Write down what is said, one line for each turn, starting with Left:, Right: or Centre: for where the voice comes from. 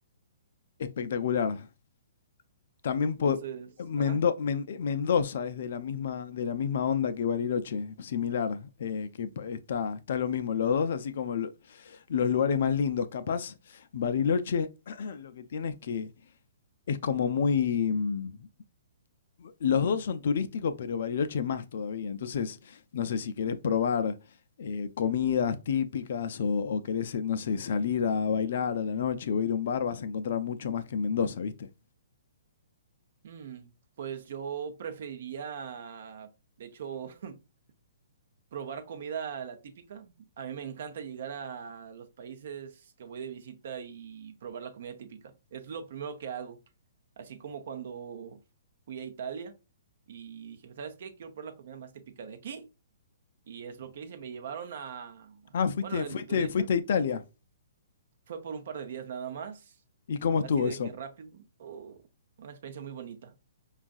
Left: espectacular. También po-
Right: Entonces,
Left: Mendo-
Right: ajá.
Left: Men- eh, Mendoza es de la misma, de la misma onda que Bariloche, similar, eh, que pa- está, está lo mismo, los dos así como lo- los lugares más lindos. Capaz, Bariloche <clears throat> <coughs> lo que tiene es que es como muy... mm, Los dos son turísticos, pero Bariloche más todavía. Entonces, no sé si querés probar eh, comidas típicas o, o querés, eh, no sé, salir a bailar a la noche o ir a un bar, vas a encontrar mucho más que en Mendoza, ¿viste?
Right: Mm, pues yo preferiría, de hecho, <laughs> probar comida la típica. A mí me encanta llegar a los países que voy de visita y probar la comida típica. Es lo primero que hago. Así como cuando fui a Italia y dije, ¿sabes qué? Quiero probar la comida más típica de aquí. Y es lo que hice. Me llevaron a...
Left: Ah, fuiste,
Right: Bueno, el
Left: fuiste,
Right: turista
Left: fuiste a Italia.
Right: fue por un par de días nada más.
Left: ¿Y cómo
Right: Así
Left: estuvo
Right: de
Left: eso?
Right: que rápido. Oh, una experiencia muy bonita.